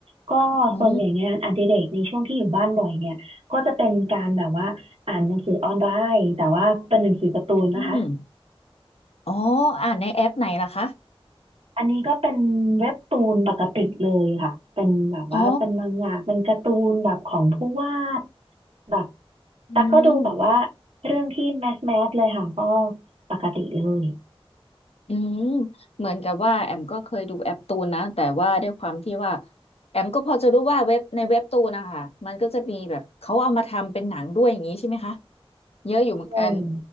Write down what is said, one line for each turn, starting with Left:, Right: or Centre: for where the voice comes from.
Right: ก็ส่วนใหญ่งานอดิเรกในช่วงที่อยู่บ้านบ่อยเนี่ยก็จะเป็นการแบบว่าอ่านหนังสือออนไลน์แต่ว่าเป็นหนังสือการ์ตูนนะคะ
Left: มอืมอ๋ออ่านในแอปไหนล่ะคะ
Right: อันนี้ก็เป็นเว็บตูนปกติเลยค่ะ เป็นแบบว่าเป็นมังงะเป็นการ์ตูนแบบของผู้วาด
Left: อ๋อ
Right: แบบแต่ก็ดูแบบว่า
Left: อืม
Right: เรื่องที่แมสแมสเลยค่ะก็ปกติเลย
Left: อืมเหมือนกับว่าแอมก็เคยดูแอปตูนนะแต่ว่าด้วยความที่ว่าแอมก็พอจะรู้ว่าเว็บในเว็บตูนนะคะมันก็จะมีแบบเขาเอามาทำเป็นหนังด้วยอย่างนี้ใช่ไหมคะเยอะอยู่เหมือนกัน
Right: อืม